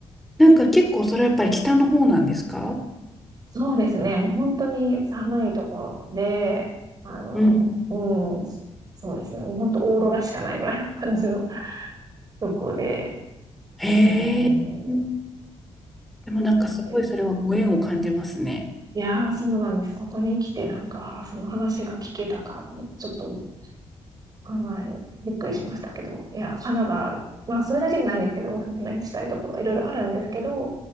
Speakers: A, in the centre; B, on the right.
A: なんか結構それはやっぱり北の方なんですか
B: そうですね。もう本当に寒いところで、あの、
A: うん。
B: うん、そうですね。もう本当オーロラしかないぐらいの感じの <laughs> とこで、
A: へえ、
B: うん、
A: うんでもなんかすごいそれはご縁を感じますね。
B: そうなんです。いやー、そうなんです。ここに来てなんか、その話が聞けたかって、ちょっとはい。びっくりしましたけど。いや、カナダ、まあ、それだけじゃないんですけど、おすすめしたいところ、いろいろあるんですけど、